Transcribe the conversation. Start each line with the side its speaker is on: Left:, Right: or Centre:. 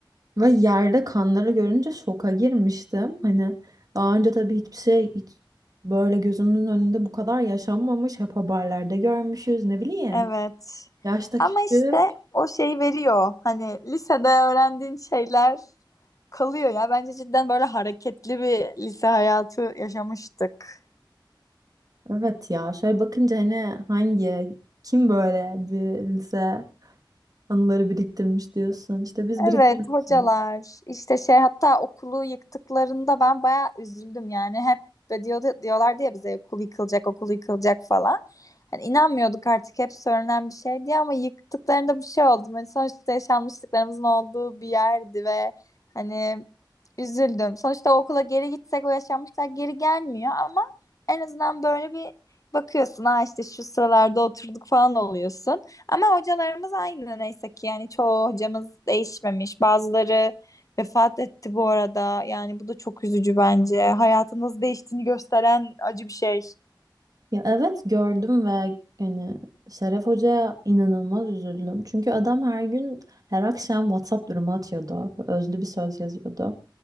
Right: Ve yerde kanları görünce şoka girmiştim. Hani daha önce tabii hiçbir şey hiç böyle gözümün önünde bu kadar yaşanmamış. Hep haberlerde görmüşüz ne bileyim.
Left: Evet.
Right: Yaşta
Left: Ama,
Right: küçük.
Left: işte, o şeyi veriyor. Hani, lisede öğrendiğin şeyler kalıyor ya. Bence cidden böyle hareketli bir lise hayatı yaşamıştık.
Right: Evet ya şöyle bakınca hani hangi kim böyle bir lise anıları biriktirmiş diyorsun. İşte biz biriktirmişiz.
Left: Evet hocalar işte şey hatta okulu yıktıklarında ben bayağı üzüldüm yani hep de diyordu, diyorlardı ya bize okul yıkılacak okul yıkılacak falan. Hani inanmıyorduk artık hep söylenen bir şey diye ama yıktıklarında bir şey oldu. Hani sonuçta yaşanmışlıklarımızın olduğu bir yerdi ve hani üzüldüm. Sonuçta o okula geri gitsek o yaşanmışlar geri gelmiyor ama en azından böyle bir bakıyorsun ha işte şu sıralarda oturduk falan oluyorsun. Ama hocalarımız aynı neyse ki yani çoğu hocamız değişmemiş. Bazıları vefat etti bu arada. Yani bu da çok üzücü bence. Hayatın nasıl değiştiğini gösteren acı bir şey. <laughs>
Right: Ya evet gördüm ve yani Şeref Hoca'ya inanılmaz üzüldüm. Çünkü adam her gün her akşam WhatsApp durumu atıyordu. Özlü bir söz yazıyordu.